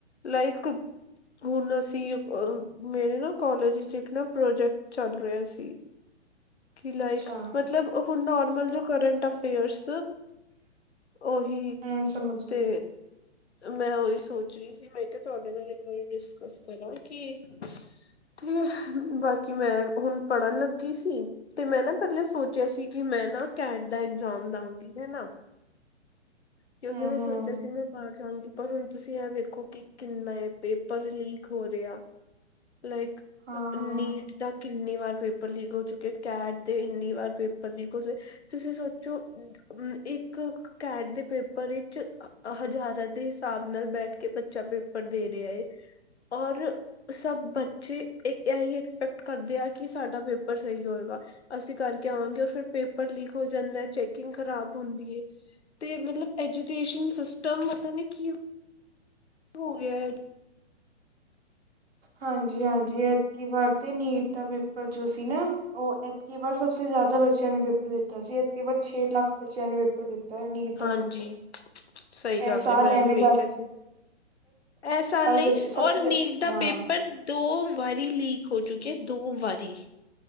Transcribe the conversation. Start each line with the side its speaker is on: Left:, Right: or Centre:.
Left: ਲਾਇਕ ਹੁਣ ਅਸੀਂ ਅ ਮੇਰੇ ਨਾ ਕੋਲਜ ਵਿੱਚ, ਇੱਕ ਨਾ ਪ੍ਰੋਜੈਕਟ ਚੱਲ ਰਿਹਾ ਸੀ। ਕਿ ਲਾਇਕ
Right: ਅੱਛਾ
Left: ਮਤਲਬ ਹੁਣ ਨੋਰਮਲ ਜੋ ਕਰੰਟ ਅਫੇਅਰਸ ਉਹੀ
Right: ਹਮ ਸਮਝ
Left: ਤੇ
Right: ਗਈ
Left: ਮੈਂ ਉਹੀ ਸੋਚ ਰਹੀ ਸੀ, ਮੈਂ ਕਿਹਾ ਤੁਹਾਡੇ ਨਾਲ ਇੱਕ ਵਾਰੀ ਡਿਸਕਸ ਕਰਾਂ ਕਿ ਤੇ ਬਾਕੀ ਮੈਂ ਹੁਣ ਪੜ੍ਹਨ ਲੱਗੀ ਸੀ। ਤੇ ਮੈਂ ਨਾ ਪਹਿਲੇ ਸੋਚਿਆ ਸੀ, ਕਿ ਮੈਂ ਨਾ ਕੈਟ ਦਾ ਇਗਜ਼ਾਮ ਦਾਂਗੀ, ਹਨਾ। ਕਿਉਂਕਿ
Right: ਹਮ
Left: ਮੈਂ ਸੋ ਸੋਚਿਆ
Right: ਹਮ
Left: ਸੀ ਮੈਂ ਬਾਹਰ ਜਾਂਗੀ, ਪਰ ਹੁਣ ਤੁਸੀਂ ਇਹ ਵੇਖੋ ਕਿ ਕਿੰਨਾ ਪੇਪਰ ਲੀਕ ਹੋ ਰਿਹਾ। ਲਾਈਕ
Right: ਹਾਂ
Left: ਨੀਟ ਦਾ ਕਿ ਕਿੰਨੀ ਵਾਰ ਪੇਪਰ ਲੀਕ ਹੋ ਚੁੱਕਿਆ, ਕੈਟ ਦੇ ਇੰਨੀ ਵਾਰ ਪੇਪਰ ਲੀਕ ਹੋ, ਚ ਤੁਸੀਂ ਸੋਚੋ ਹੂੰ, ਇੱਕ ਕੈਟ ਦੇ ਪੇਪਰ ਵਿੱਚ ਹਜ਼ਾਰਾਂ ਦੇ ਹਿਸਾਬ ਨਾਲ ਬੈਠ ਕੇ ਬੱਚਾ ਪੇਪਰ ਦੇ ਰਿਹਾ ਏ। ਔਰ ਸਭ ਬੱਚੇ ਇਹੀ ਐਕਸਪੈਕਟ ਕਰਦੇ ਆ, ਕਿ ਸਾਡਾ ਪੇਪਰ ਸਹੀ ਹੋਏਗਾ। ਅਸੀਂ ਕਰਕੇ ਆਵਾਂਗੇ, ਉਹ ਫਿਰ ਪੇਪਰ ਲੀਕ ਹੋ ਜਾਂਦਾ ਐ, ਚੈਕਿੰਗ ਖ਼ਰਾਬ ਹੁੰਦੀ ਏ। ਤੇ ਮਤਲਬ ਐਜੂਕੇਸ਼ਨ ਸਿਸਟਮ ਪਤਾ ਨੀ ਕੀ ਹੋ ਗਿਆ।
Right: ਹਾਂਜੀ-ਹਾਂਜੀ, ਐਤਕੀ ਵਾਰ ਤੇ ਨੀਟ ਦਾ ਪੇਪਰ ਜੋ ਸੀ, ਨਾ ਉਹ ਕੀ ਵਾਰ ਸਭਸੇ ਜ਼ਿਆਦਾ ਬੱਚਿਆਂ ਨੇ ਪੇਪਰ ਦਿੱਤਾ ਸੀ, ਐਤਕੀ ਵਾਰ ਛੇ ਲੱਖ ਬੱਚਿਆਂ ਨੇ ਪੇਪਰ ਦਿੱ ਤਾ ਨੀਟ ਦਾ
Left: ਹਾਂਜੀ
Right: ਪੇਪਰ।
Left: ਸਹੀ ਗੱਲ
Right: ਇਹ ਸਾਲ
Left: ਏ, ਮੈਂ
Right: ਐਵੇਂ
Left: ਵੀ ਵੇਖਿਆ
Right: ਦੱਸ
Left: ਸੀ। ਇਸ ਸਾਲ ਨਈ,
Right: ਬੱਚੇ ਸਭ
Left: ਔਰ
Right: ਸੇ
Left: ਨੀਟ ਦਾ
Right: ਹਾਂ
Left: ਪੇਪਰ ਦੋ ਵਾਰੀ ਲੀਕ ਹੋ ਚੁੱਕਿਆ, ਦੋ ਵਾਰੀ।